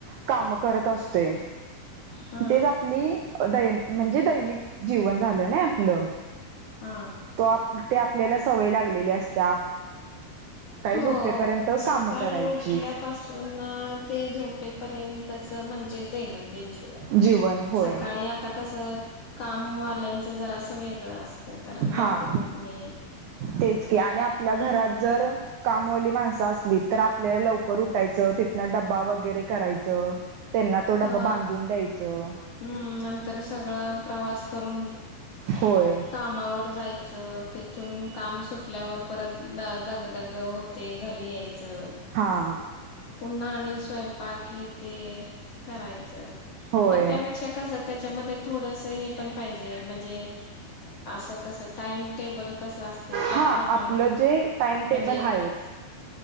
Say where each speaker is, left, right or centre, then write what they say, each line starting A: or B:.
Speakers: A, on the right; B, on the left.
A: काम करत असतोय
B: हा
A: तेच आपली द म्हणजे दैनिक जीवन झालं ना आपलं
B: हा
A: तो ते आपल्याला सवय लागलेली असते.
B: हो
A: झोपेपर्यंत
B: सकाळी
A: काम करायची
B: उठल्या पाासून ते झोपे पर्यंतच म्हणजे दैनंदिन जीवन
A: जीवन होय
B: सकाळी आता कस कामवाल्यांचं जरा अस वेगळं असतं. कारण
A: हा
B: लवकर उठणे
A: तेच की आणि आपल्या घरात जर कामवाली माणसं असली तर आपल्याला लवकर उठायचं तिथनं डब्बा वगैरे करायचं. त्यांना तो डबा
B: हा
A: बांधून द्यायचं
B: हम् नंतर सगळं प्रवास करून
A: होय
B: कामावर जायचं तेथून काम सुटल्यावर परत द दग दग होते घरी मग यायचं.
A: हां
B: पुन्हा आणि स्वयंपाक हे ते. करायचं
A: होय
B: पण त्यापेक्षा कसं त्याच्यामध्ये थोडस एक पण पाहिजे म्हणजे असं. कस टाइम टेबल कस असते त्याप्रमाण
A: हा आपलं जे टाइम टेबल
B: म्हणजे
A: आहेच